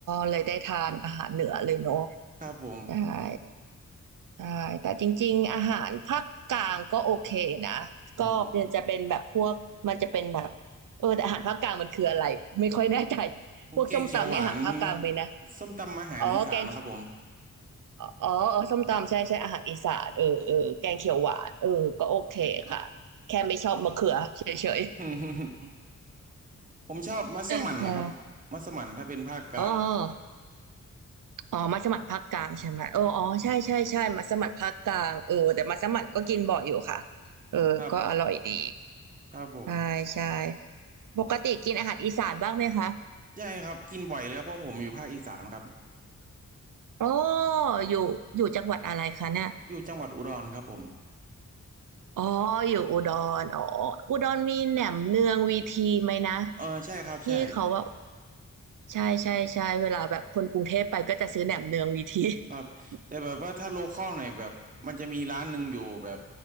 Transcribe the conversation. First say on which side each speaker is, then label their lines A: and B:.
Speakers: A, on the right; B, on the right.
A: เลยได้ทานอาหารเหนือเลยเนาะ
B: ครับผม
A: ได้ใช่ใช่แต่จริงๆอาหารภาคกลางก็โอเคนะ ก็มันจะเป็นแบบพวกมันจะเป็นแบบเออแต่อาหารภาคกลางมันคืออะไรไม่ค่อยแน่ใจ
B: อืม
A: พวกส้มตำนี่อาหารภาคกลางไหมนะ
B: แกงเขียวหวานนี่ครับส้มตำอาหารอีสานนะครับผม
A: อ๋อแกง อ๋อเออส้มตำใช่ใช่อาหารอีสานเออเออแกงเขียวหวานเออก็โอเคค่ะแค่ไม่ชอบมะเขือเฉย
B: <laughs> ผมชอบมัสมั่นครับมัสมั่นถ้าเป็นภาคกลาง
A: ๆ <laughs> ได้อ๋ออ๋อมัสมั่นภาคกลางใช่ไหมเอออ๋อใช่ใช่ใช่มัสมั่นภาคกลางเออแต่มัสมั่นก็กินบ่อยอยู่ค่ะ
B: ครับ
A: เออก็อร่อยดี
B: ครับครับผม
A: ใช่ใช่ปกติกินอาหารอีสานบ้างไหมคะ
B: ใช่ครับกินบ่อยเลยครับเพราะผมอยู่ภาคอีสานครับ
A: อ๋ออยู่อยู่จังหวัดอะไรคะเนี่ย
B: อยู่จังหวัดอุดรครับผม
A: อ๋ออยู่อุดรอ๋ออุดรมีแหนมเนืองวีทีไหมนะ
B: เออใช่ครับใช่
A: ที่เขาว่า ใช่ใช่ใช่เวลาแบบคนกรุงเทพไปก็จะซื้อแหนมเนืองวีที <laughs>
B: ครับแต่แบบว่าถ้าโลคอลหน่อยแบบมันจะมีร้านหนึ่งอยู่แบบ